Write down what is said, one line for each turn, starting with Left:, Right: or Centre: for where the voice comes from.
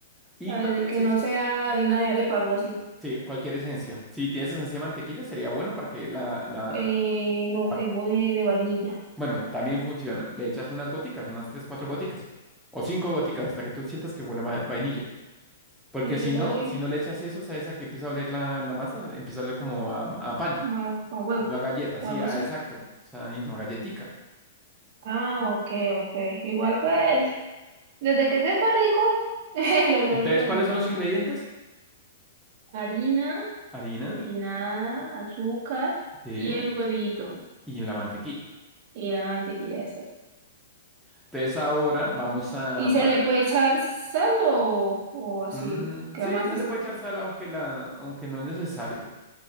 Centre: Y
Right: A
Centre: cualquier
Right: ver, de que
Centre: esencia.
Right: no sea harina de arepa o algo así.
Centre: Sí, cualquier esencia. Si tienes esencia de mantequilla, sería bueno para que la, la,
Right: Eh, no,
Centre: para
Right: tengo de, de vainilla.
Centre: Bueno, también funciona. Le echas unas goticas, unas tres, cuatro goticas. O cinco goticas hasta que tú sientas que huele a ma- vainilla. Porque
Right: ¿Y qué
Centre: si
Right: tal
Centre: no,
Right: que
Centre: si no le echas eso, ¿sabes a esa que empieza a oler la, la masa, empieza a oler como a, a pan.
Right: ma, ma huevo
Centre: y No a galleta,
Right: o
Centre: sí,
Right: algo
Centre: ah,
Right: así?
Centre: exacto. O sea, y no a galletica.
Right: Ah, ok, ok. Igual pues. Desde que sepa rico, <laughs> el olor
Centre: Entonces,
Right: es lo
Centre: ¿cuáles
Right: de menos.
Centre: son los ingredientes?
Right: Harina
Centre: Harina,
Right: refinada, azúcar
Centre: sí,
Right: y el huevito
Centre: y la mantequilla.
Right: y la mantequilla esa.
Centre: Entonces, ahora vamos a...
Right: ¿Y
Centre: ba-
Right: se le puede echar sal o, o así?
Centre: Mm,
Right: Queda
Centre: sí,
Right: más
Centre: se
Right: azúcar.
Centre: le puede echar sal, aunque, la, aunque no es necesario.